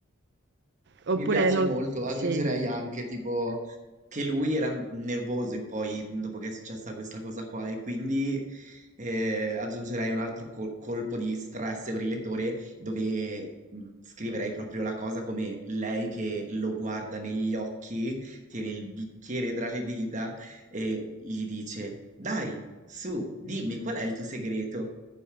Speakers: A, on the right; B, on the right.
A: Oppure
B: Mi piace
A: non...
B: molto, aggiungerei
A: Sì.
B: anche tipo che lui era nervoso in poi dopo che è successa questa cosa qua e quindi eh, aggiungerei un altro col- colpo di stress briletore dove mh, scriverei proprio la cosa come lei che lo guarda negli occhi, tiene il bicchiere tra le dita e gli dice Dai, su, dimmi qual è il tuo segreto?